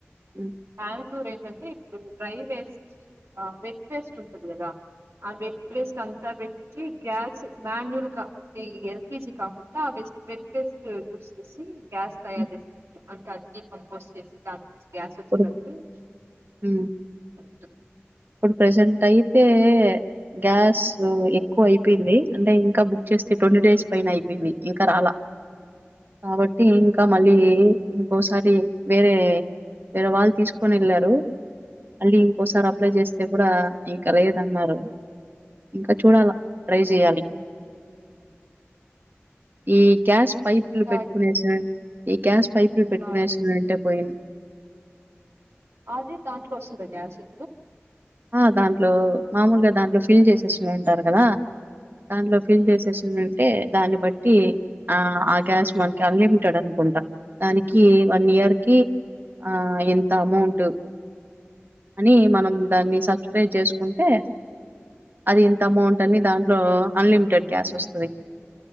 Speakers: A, on the right; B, on the right.
A: హ్మ్.
B: బ్యాంగుళూర్ గంతే ఇప్పుడు డ్రై వేస్ట్, ఆ వెట్ వేస్ట్ ఉంటది కదా ఆ వెట్ వేస్ట్ అంతా పె ఈ గ్యాస్ మాన్యువల్ గా ఎల్పిజి కాకుండా వెట్ వేస్ యూస్ చేసి గ్యాస్ తయారు
A: హ్మ్.
B: చేస్తరు. అంటే అన్ని కంపోస్ట్ చేసి దాం గ్యాస్ వచ్చి
A: ఇప్పుడు హ్మ్.
B: <unintelligible>
A: ఇప్పుడు ప్రజెంట్ అయితే గ్యాసు క్కువ అయిపోయింది. అంటే ఇంకా బుక్ చేస్తే ట్వంటీ డేస్ పైన అయిపోయింది, ఇంకా రాలా కాబట్టి ఇంకా మళ్ళీ ఇంకోసారి వేరే వేరే వాళ్ళు తీసుకొని ఎళ్ళారు మళ్ళీ ఇంకోసారి అప్లై చేస్తే కూడా ఇంకా లేదన్నారు ఇంక చూడాల ట్రై చెయాలి. ఈ గ్యాస్ పైపులు పెట్టుకునే
B: ఆ,
A: సార్ ఈ గ్యాస్ పైపులు పెట్టుకునేసునుంటే
B: ఆ,
A: పోయింను
B: అది దాంట్లో వస్తదా గ్యాసూ?
A: ఆ దాంట్లో మామూలుగా దాంట్లో ఫిల్ చేసేసి ఉంనింటారు కదా. దాంట్లో ఫిల్ చేసేసి ఉంనింటే దాన్ని బట్టి ఆ ఆ గ్యాస్ మనకి అన్లిమిటెడ్ అనుకుంటా! దానికి వన్ ఇయర్ కి ఆ ఇంత అమౌంట్ అనీ మనం దాన్ని సబ్స్క్రైబ్ చేసుకుంటే, అది ఇంత అమౌంట్ అని దాంట్లో అన్లిమిటెడ్ గ్యాస్ వస్తది.